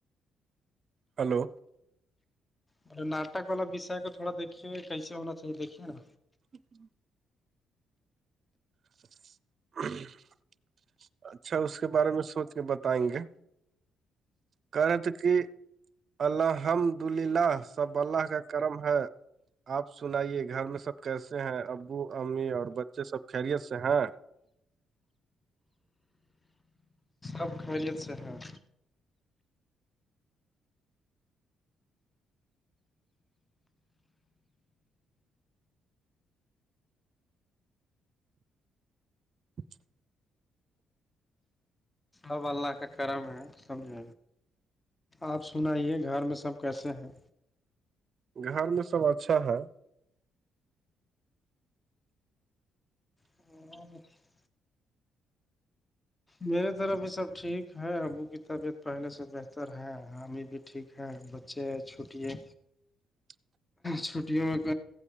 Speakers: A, on the right (about 50°); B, on the left (about 15°).
A: ہلو
B: بے ناٹک والا وشے کو تھوڑا دیکھیے کیسے ہونا چاہیے دیکھیے نا
A: ہٹ ہ اچھا اس کے بارے میں سوچ کے بتائیں گے کہ رہے تھ کہ الحمد للہ سب اللہ کا کرم ہے آپ سنائیے گھر میں سب کیسے ہیں ابو امی اور بچے سب خیریت سے ہیں
B: ب خیریت سےحب
A: اچھا
B: اب اللہ کا کرم ہے سمج آپ سنائیے گھر میں سب کیسے ہیں
A: گھر میں سب اچھا ہے
B: ہ میے طرف یہ سب ٹھیک ہے ابو کی طبیعت پہلے سے بہتر ہے ہمیں بھی ٹھیک ہے بچے چھٹی ہے
A: ج
B: چھٹییاںک